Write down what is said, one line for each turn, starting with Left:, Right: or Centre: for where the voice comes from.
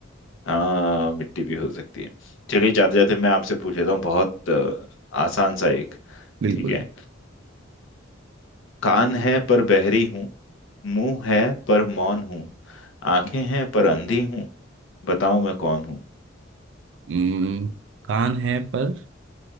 Left: हाँ, मिट्टी भी हो सकती है चलिए जाते जाते मैं आपसे पूछ लेता हूँ बहुत अ, आसान सा एक
Right: बिल्कुल
Left: ठीक है कान है पर बहरी हूँ मुंह है पर मौन हूँ आंखें हैं पर अंधी हूँ बताओ मैं कौन हूँ
Right: हम्म, कान है पर